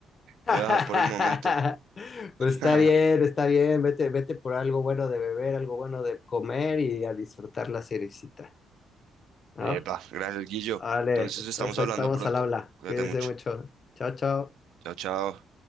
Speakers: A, on the left; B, on the right.
A: <laughs>
B: Te voy a dejar por el momento.
A: Pues
B: <laughs>
A: está bien, está bien, vete, vete por algo bueno de beber, algo bueno de comer y a disfrutar la seriecita, ¿no?
B: Epa, gracias, Guillo.
A: Vale,
B: Entonces
A: entonces
B: estamos
A: ahí
B: hablando
A: estamos
B: pronto.
A: al habla.
B: Cuídate
A: Cuídese
B: mucho.
A: mucho. Chao, chao.
B: Chao, chao.